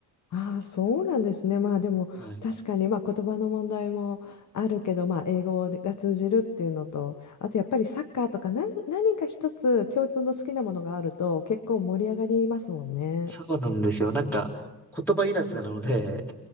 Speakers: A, on the left; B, in the centre.
A: ああ、そうなんですね。まあでも確かにまあ言葉の問題もあるけど、
B: はい。
A: まあ、英語が通じるっていうのとあとやっぱりサッカーとか何、何か一つ共通の好きなものがあると結構盛り上がりますもんね。
B: そうなんですよ。なんか言葉いらずなので、